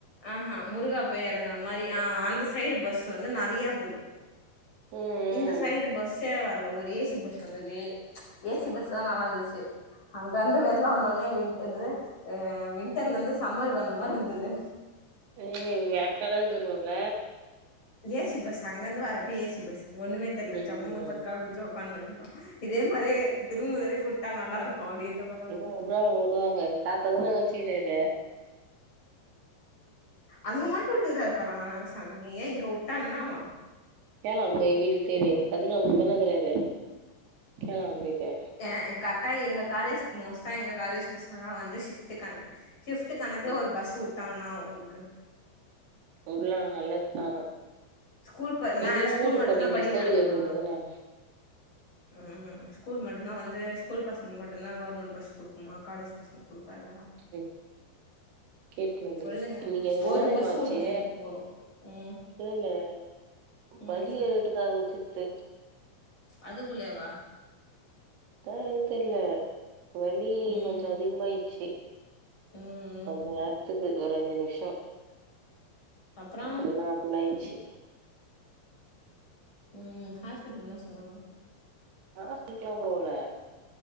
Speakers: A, on the left; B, on the right.
A: ஆஹா முருகா போய் இறங்குற மாரி ஆ அந்த சைடு பஸ் வந்து நெறைய போது
B: ம்,
A: இந்த சைடு
B: ம்.
A: பஸ்ஸே வரல ஒரு ஏசி பஸ் வந்தது ஏசி பஸ் தான் நல்லா இருந்துச்சு அங்கயிருந்து வெள்ளம் வந்தோடனே விண்டு என்னது வின்டர்ல
B: ம்.
A: இருந்து சம்மருக்கு வந்த மார் இருந்தது
B: ஐயயோ வேர்க்கலாந்துருவம்ல
A: ஏசி பஸ் அங்கருந்து வர்றப்ப ஏசி பஸ் ஒண்ணுமே தெர்ல
B: ம்,
A: ஜம்முனு
B: ம்.
A: பத்ரூபா குடு த்து ஒக்காந்து வண்டோம் இதே மாரியே திருமூர் வரையும் வுட்டா நல்லா இருக்கும் காடியன்ட வா
B: இனிம உடுவாங்க உடுவாங்க உங்க தாத்தா தானா வச்சிருக்குறாரு
A: அங்க மட்டு விட்டுருகரா பாரே சாமி ஏ இங்க விட்டா என்னாவா
B: கேலே போய் வீட்டு தேடி பதினாலதனகுறாரு கேளங்க போய்டு
A: ஏ கரெக்டா எங்க காலேஜுக்கு மோஸ்ட்டா எங்க காலேஜ் பசங்கள வந்து ஷிஃப்டுக்கானு ஷிஃப்ட் கணக்குல
B: ம்ஹ்ம்.
A: ஒரு பஸ் வுட்டா என்னா அவுங்களுக்கு
B: உடலா நல்லதுதா
A: ஸ்கூல் ப
B: நீங்களா
A: நா ஸ்கூல்
B: வோட்டு
A: மட்டுந்தா
B: போட்டீங்களே
A: படிக்கிறாங்களா
B: கோரிக்க வைக்க வேண்டியதுதான
A: ம் ஸ்கூல் மட்டும்தா வந்து ஸ்கூல் பசங்க மட்டும்தா கவர்மெண்ட் பஸ் குடுக்குமா காலேஜ் பசங்களுக்கு குடுக்காதா
B: ஏ கேட்டு வந்துரு
A: சொல்லுங்க
B: இன்னைக்கு எனக்கு
A: ஒரு
B: என்னா தெரிம்மாச்சு
A: பஸ் வுடுங்க எங்களுக்கு போது ம்
B: கேலு
A: ம்
B: பல்லிய எட்டுக்காமிசுச்சு
A: அதுக்குள்ளேவா
B: தா அ தெர்ல்ல வலி
A: ம்
B: கொஞ்சொ அதிகமாயிடுச்சு
A: ம்
B: கொஞ்ச நேர த்துக்கு ஒரு அஞ்சு நிம்ஷோ
A: அப்றோ
B: அப்ரோ நாள் புல்லாயிட்ச்சு
A: ம் ஹாஸ்பிட்ல்ல சொன்னாங்கோ
B: ஹாஸ்பிட்ல்லா போல